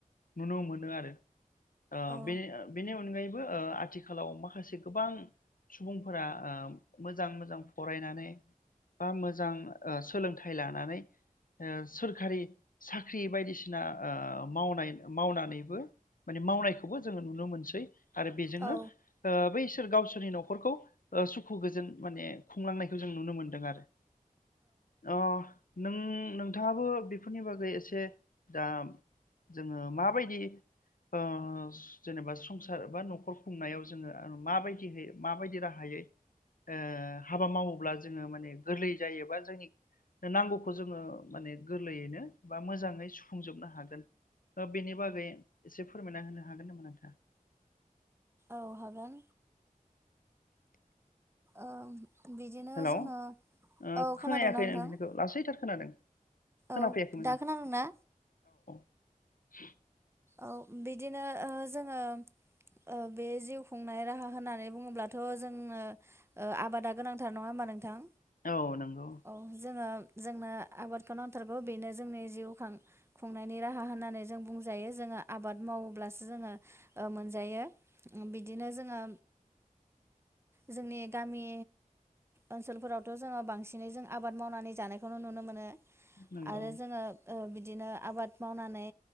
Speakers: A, on the left; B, on the right.
A: नुनो मोनो आरो। ओ
B: औ
A: बे बेनि अनगायै बो आथिखालाव माखासे गोबां सुबुंफोरा ओ मोजां मोजां फरायनानै बा मोजां ओ सोलोंथाइ लानानै ओ सोरखारि साख साख्रि बायदिसिना ओ मावनाय मावनानैबो माने मावनायखौबो जोङो नुनो मोनसै आरो बेजोंनो
B: औ
A: ओ बै बिसोर गावसोरनि न'खरखौ ओ सुखु गोजोन माने खुंलांनायखौ जों नुनो मोनदों आरो औ नों नोंथाङाबो बेफोरनि बागै से दाम जोङो माबायदि ओ जेनेबा सु संसार बा न'खर खुंनायाव जोङो माबायदि माबायदि राहायै ओ हाबा मावोब्ला जोङो माने गोरलै जायोबा जोंनि नांगौखौ जोङो माने गोरलैयैनो बा मोजाङै सुफुंजोबनो हागोन ओ बेनि बागै एसे फोरमायना होनो हागोन नामा नोंथाङा
B: औ हागोन ओ बिदिनो
A: हेलौ
B: जोङो
A: ओ
B: औ
A: खोनायाखै
B: खोनादोंना नोंथां
A: नोंथांनिखौ लासैथार खोनादों खोनाफैयाखै
B: औ
A: मोजां
B: दा खोनादोंना
A: <inaudible>
B: औ बिदिनो ओ जोङो ओ बे जिउ खुंनाय राहा होननानै बुङोब्लाथ' जोंनो ओ आबादा गोनांथार नङा होमबा नोंथां
A: औ नंगौ
B: औ जोङो जोंनो आबादखौ नांथारगौ बेनो जोंनि जिउ खां खुंनायनि राहा होननानै जों बुं जायो जोङो आबाद मावोब्लासो जोङो ओ मोनजायो बिदिनो जोङो जोंनि गामि ओनसोलफोरावथ' जोङो बांसिनै जों आबाद मावनानै जानायखौनो नुनो मोनो
A: नंगौ
B: आरो जोङो ओ बिदिनो आबाद मावनानै